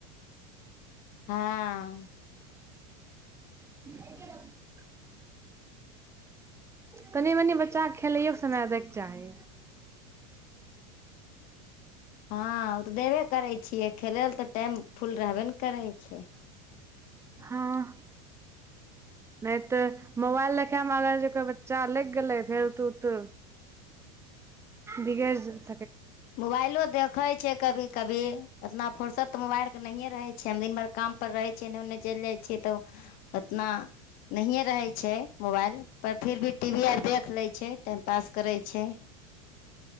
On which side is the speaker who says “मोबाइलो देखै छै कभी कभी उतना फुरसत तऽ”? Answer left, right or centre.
Left